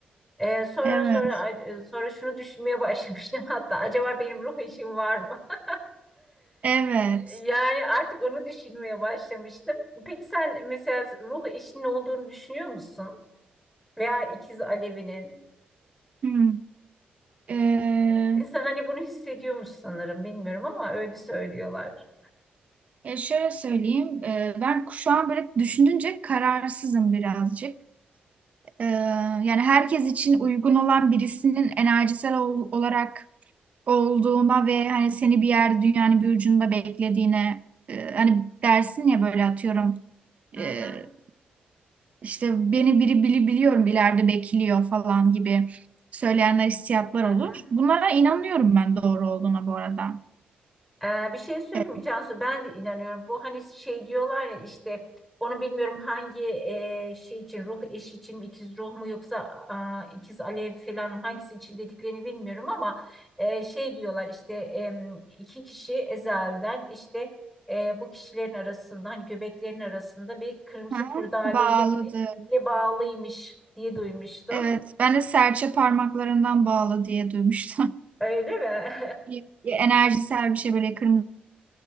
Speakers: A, in the centre; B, on the right (about 40°).
A: Ee, sonra
B: Evet.
A: sonra sonra şunu düşünmeye başlamıştım <laughs> hatta acaba benim ruh eşim var mı? <laughs>
B: Evet.
A: Yani artık onu düşünmeye başlamıştım. Peki sen mesela ruh eşinin olduğunu düşünüyor musun? Veya ikiz Alevi'nin?
B: Hı. Ee,
A: İnsan hani bunu hissediyormuş sanırım bilmiyorum ama öyle söylüyorlar.
B: ya şöyle söyleyeyim. Ee, ben şu an böyle düşündünce kararsızım birazcık. Ee, yani herkes için uygun olan birisinin enerjisel ol- olarak olduğuna ve hani seni bir yer dünyanın bir ucunda beklediğine e, hani dersin ya böyle atıyorum
A: Hı
B: e,
A: hı,
B: işte beni biri bili biliyorum ileride bekliyor falan gibi söyleyenler hissiyatlar
A: hı
B: olur.
A: hı.
B: Bunlara inanıyorum ben doğru olduğuna bu arada.
A: Ee, bir şey söyleyeyim
B: Evet.
A: mi Cansu? Ben de inanıyorum. Bu hani şey diyorlar ya işte onu bilmiyorum hangi e, şey için ruh eşi için mi ikiz ruh mu yoksa a, ikiz alev falan mı, hangisi için dediklerini bilmiyorum ama e, şey diyorlar işte em, iki kişi ezelden işte e, bu kişilerin arasında hani göbeklerin arasında bir kırmızı
B: Hı hı.
A: kurdaleyle
B: Bağladı.
A: ile bağlıymış diye duymuştum.
B: Evet. Ben de serçe parmaklarından bağlı diye duymuştum.
A: Öyle mi?
B: <laughs> Bir- bir Enerjisel bir şey böyle kırmızı